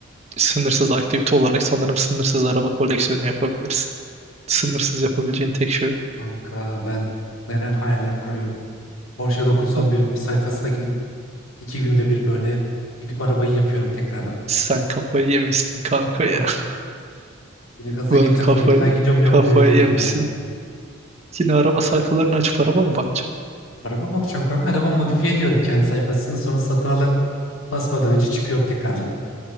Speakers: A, on the right; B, on the left.
A: sınırsız aktivite olarak sanırım sınırsız araba koleksiyonu yapabilirsin. Sınırsız yapabileceğin tek şey o.
B: Kanka ben neler hayaller kuruyorum. Porsche 911'in
A: Ha,
B: sayfasına gidip iki günde bir böyle gidip arabayı yapıyorum tekrardan.
A: sen kafayı yemişsin kanka ya.
B: At, beni
A: <laughs>
B: gaza
A: Vallahi
B: getirdin
A: kafayı,
B: yine. Ben gidiyorum yapmaya
A: kafayı
B: yine
A: yemişsin.
B: ya.
A: Yine araba sayfalarını açıp araba mı bakacağım?
B: Araba bakacağım kanka. Araba modifiye ediyorum kendi sayfasını. Sonra satın alan basmadan önce çıkıyorum tekrardan.